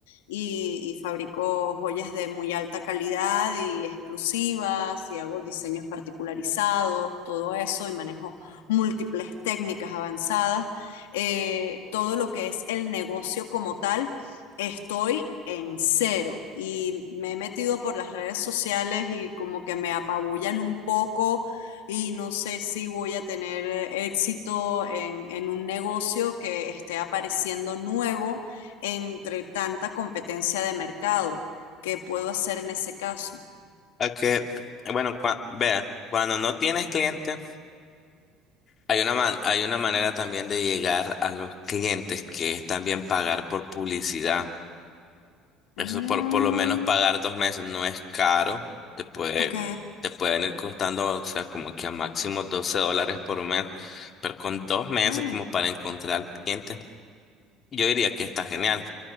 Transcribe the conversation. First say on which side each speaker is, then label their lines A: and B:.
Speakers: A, on the left (about 80°); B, on the left (about 45°).
A: y, y fabrico joyas de muy alta calidad y exclusivas y hago diseños particularizados, todo eso y manejo múltiples técnicas avanzadas, eh, todo lo que es el negocio como tal, estoy en cero y me he metido por las redes sociales y como que me apabullan un poco y no sé si voy a tener éxito en, en un negocio que esté apareciendo nuevo entre tanta competencia de mercado. ¿Qué puedo hacer en ese caso?
B: a que, bueno, cua- vea, cuando no tienes cliente, hay una, man- hay una manera también de llegar a los clientes, que es también pagar por publicidad. Eso
A: Mm,
B: por, por lo menos pagar dos meses no es caro, te puede,
A: ok.
B: te pueden ir costando, o sea, como que a máximo 12 dólares por mes, pero con dos meses
A: Mm.
B: como para encontrar clientes Yo diría que está genial.